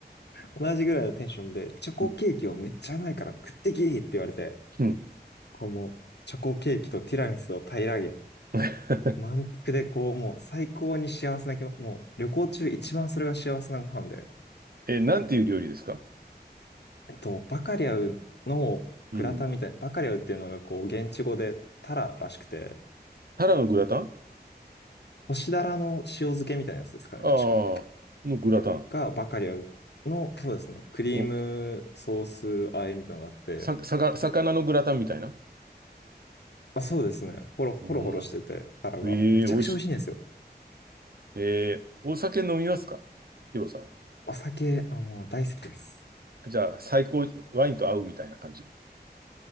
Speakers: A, on the left (about 80°); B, on the right (about 60°).
A: 同じぐらいのテンションで、チョコケーキをめっちゃうまいから食ってきって言われて、
B: うん、うん。
A: こう、もう、チョコケーキとティラミスを平らげ、
B: <laughs>
A: 満腹で、こう、もう、最高に幸せな気も、もう、旅行中一番それが幸せなご飯で、
B: え、なんていう料理ですか
A: えっと、バカリャウのグラタンみたい、
B: うん。
A: バカリャウっていうのが、こう、現地語でタラらしくて、
B: タラのグラタン
A: 干しだらの塩漬けみたいなやつですかね、
B: あ
A: 確か。
B: あー、のグラタン。
A: が、バカリャウの、そうですね、クリームソース和えみたいなのがあって、
B: お、さ、さか魚のグラタンみたいな。
A: あ、そうですね、ほろほろほろしてて、
B: うん。
A: タラが、
B: ええ美味し、
A: めちゃくちゃ美味しいんですよ。
B: えー、お酒飲みますかヒロさんは。
A: お酒、あ、もう大好きです。
B: じゃあ、最高、ワインと合うみたいな感じ。